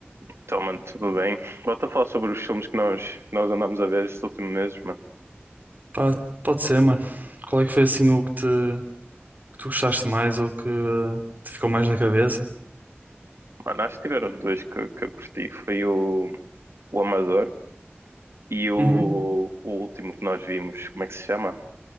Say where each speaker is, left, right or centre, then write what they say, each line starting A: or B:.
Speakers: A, on the right; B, on the right.
A: Então, mano, tudo bem. Volto a falar sobre os filmes que nós, que nós andámos a ver estes últimos meses, mano.
B: Pá, pode ser, mano. Qual é que foi assim o que, te, que tu gostaste mais ou que te ficou mais na cabeça?
A: Mano, acho que tiveram dois que, que eu curti. Foi o, o Amador e o,
B: Uhum.
A: o último que nós vimos, como é que se chama?